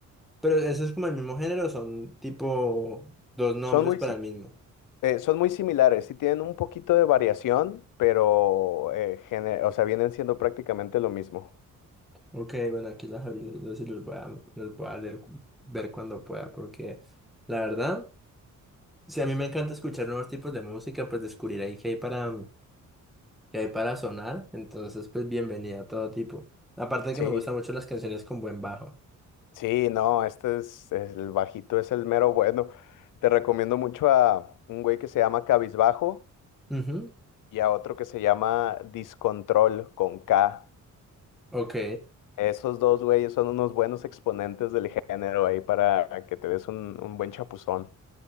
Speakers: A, in the centre; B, on the left.
A: pero eso es como el mismo género, son tipo dos nombres
B: Son muy,
A: para
B: si-
A: el mismo.
B: eh, son muy similares, sí tienen un poquito de variación, pero eh, gene- o sea, vienen siendo prácticamente lo mismo.
A: Ok, bueno, aquí las abrí los dos y los voy a, los voy a leer, cu- ver cuando pueda, porque la verdad... Sí, a mí me encanta escuchar nuevos tipos de música, pues descubrir ahí que hay para, que hay para sonar. Entonces, pues bienvenida a todo tipo. Aparte de que
B: Sí,
A: me gustan mucho las canciones con buen bajo.
B: sí, no, este es, es el bajito, es el mero bueno. Te recomiendo mucho a un güey que se llama Cabizbajo
A: Ujú,
B: y a otro que se llama Discontrol con K.
A: Ok.
B: Esos dos güeyes son unos buenos exponentes del género ahí para que te des un, un buen chapuzón.